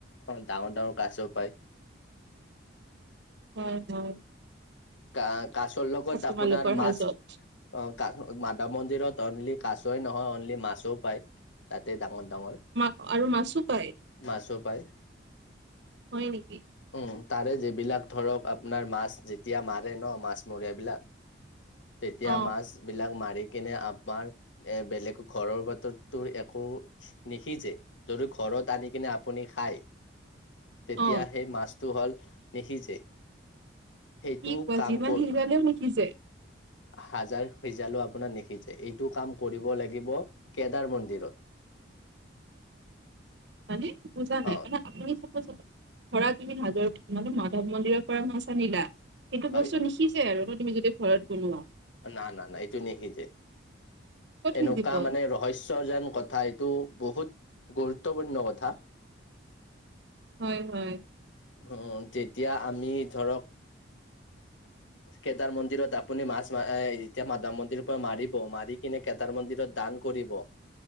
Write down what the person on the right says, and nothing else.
উম, হম।
তোমালোকৰ
হাজোত
মা আৰু মাছো পায়
হয় নেকি
অ
<inaudible>
অ
কি কোৱা
যিমান
সিজালেও নিসিজে
মানে বুজা নাই
মানে আপুনি চ ধৰা তুমি হাজৰ মানে মাধৱ মন্দিৰৰ পৰা মাছ আনিলা সেইটো
বস্তুনিসিজে আৰু তুমি যদি ঘৰত বনোৱা
ক'ত
সিজিব
হয় হয়
<inaudible>